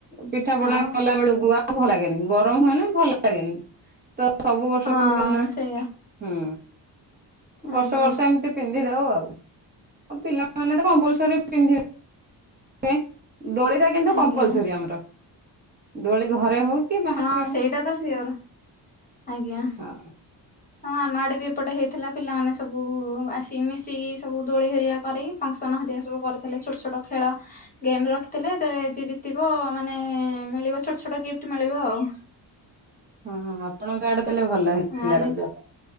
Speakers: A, on the right; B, on the left.
A: ପିଠା ପଣା
B: ଆଉ
A: କଲା ବେଳକୁ ଆଉ ଭଲ ଲାଗେନି ଗରମ ହୁଏ ନା ଭଲ ଲାଗେନି ତ ସବୁ ବର୍ଷ
B: ହଁ
A: ପିନ୍ଧି ପାରୁନା।
B: ସେଇଆ
A: ହୁଁ
B: ଆଜ୍ଞା
A: ବର୍ଷ ବର୍ଷ ଏମତି ପିନ୍ଧି ଦଉ ଆଉ ପିଲାମାନେ ତ କମ୍ପଲସରି ପିନ୍ଧିବେ। ଦୋଳି ଟା କିନ୍ତୁ
B: ଆଜ୍ଞା
A: କମ୍ପଲସରିୀ ଆମର ଦୋଳି ଘରେ ହଉ। କି ବାହାରେ
B: ହଁ ସେଇଟା ତ ସିଓର ଆଜ୍ଞା
A: ହଉ
B: ହଁ ଆମ ଆଡେ ବି ଏପଟେ ହେଇଥିଲା ପିଲାମାନେ ସବୁ ଆସିକି ମିଶିକି ସବୁ ଦୋଳି ହେରିକା କରି ଫଙ୍କସନ ହରିଆ ସବୁ କରିଥିଲେ ଛୋଟ ଛୋଟ ଖେଳ ଗେମରେ ରଖିଥିଲେ ଯିଏ ଜିତିବ ମାନେ ମିଳିବ ଛୋଟ ଛୋଟ ଗିଫ୍ଟ ମିଳିବ ଆଉ
A: ହଁ ଆପଣଙ୍କ ଆଡେ ଦେଲେ ଭଲ ହେଇଥିଲା
B: ଆମେ
A: ରଜ।